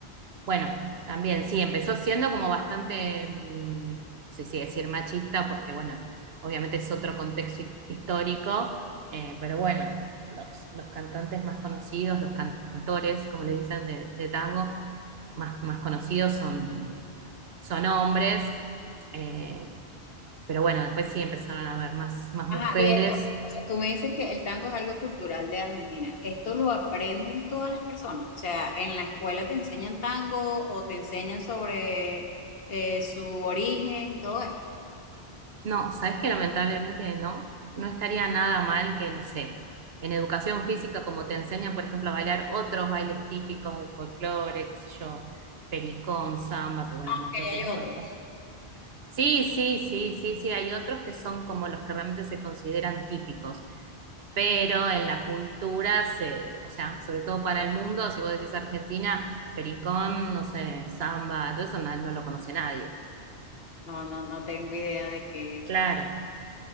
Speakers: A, on the right; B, on the left.
A: bueno, también sí, empezó siendo como bastante, mm, no sé si decir machista, porque bueno, obviamente es otro contexto hi- histórico, eh, pero bueno, los, los cantantes más conocidos, los cantores, como le dicen, de, de tango, más, más conocidos son, son hombres. eh, pero bueno, después sí empezaron a haber más, más
B: Ajá,
A: mujeres.
B: y esto, o sea, tú me dices que el tango es algo cultural de Argentina. ¿Esto lo aprenden todas las personas? O sea, ¿en la escuela te enseñan tango o te enseñan sobre eh, su origen, todo
A: No, sabes que lamentablemente no, no estaría nada mal que, no sé, en educación física, como te enseñan, por ejemplo, a bailar otros bailes típicos del folclore, qué sé yo, pericón, samba, que bueno,
B: aunque
A: no creo
B: hay
A: que los
B: otros.
A: conozcas. Sí, sí, sí, sí, sí, hay otros que son como los que realmente se consideran típicos, pero en la cultura, se, o sea, sobre todo para el mundo, si vos decís Argentina, pericón, no sé, samba, todo eso no no lo conoce nadie.
B: No, no, no tengo idea de qué,
A: Claro,